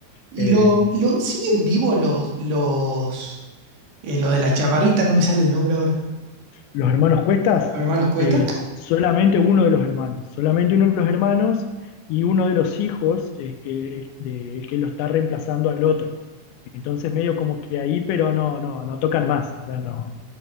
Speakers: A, on the right (about 65°); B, on the left (about 80°).
A: Y
B: Eh,
A: lo, lo siguen vivos los, los, eh, los de la chamarrita, no me sale el nombre ahora,
B: los hermanos Cuestas,
A: los hermanos Cuesta,
B: eh, solamente uno de los hermanos, solamente uno de los hermanos y uno de los hijos eh, que, de- que lo está reemplazando al otro. Entonces medio como que ahí, pero no, no, no tocan más, o sea, no,